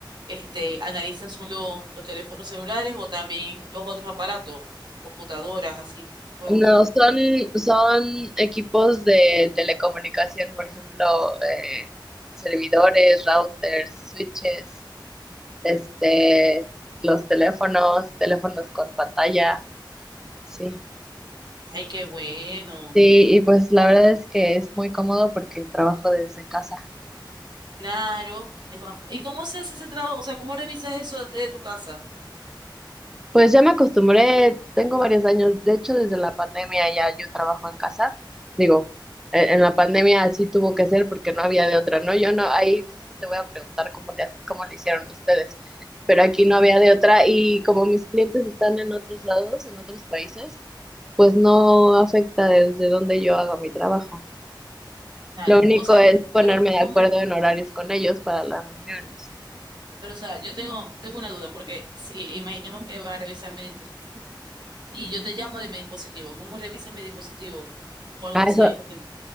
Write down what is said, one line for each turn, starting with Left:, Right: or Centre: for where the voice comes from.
Right: este, analizan solo los teléfonos celulares o también los otros aparatos, computadoras, así, juegos.
Centre: No,
Right: son.
Centre: son, son equipos de telecomunicación, por ejemplo, eh, servidores, routers, switches. este, los teléfonos, teléfonos con pantalla, sí.
Right: Ay, qué bueno.
Centre: Sí, y pues la verdad es que es muy cómodo porque trabajo desde casa.
Right: Claro. es más- ¿Y cómo se hace ese trabajo? O sea, ¿cómo revisas eso de tu casa?
Centre: Pues ya me acostumbré, tengo varios años, de hecho desde la pandemia ya yo trabajo en casa, digo, e- en la pandemia así tuvo que ser porque no había de otra, ¿no? Yo no, ahí justo te voy a preguntar cómo le, hace- cómo le hicieron ustedes, pero aquí no había de otra y como mis clientes están en otros lados, en otros países, pues no afecta desde donde yo haga mi trabajo.
Right: Claro.
Centre: Lo único
Right: O sea,
Centre: es ponerme
Right: pero
Centre: de
Right: ¿cómo?
Centre: acuerdo en horarios con ellos para las reuniones.
Right: Pero, o sea, yo tengo, tengo una duda, porque si imaginemos que va a revisar mi dispositivo y yo te llamo de mi dispositivo, ¿cómo revisa mi dispositivo? O algo
Centre: Ah,
Right: así,
Centre: eso.
Right: es lo que...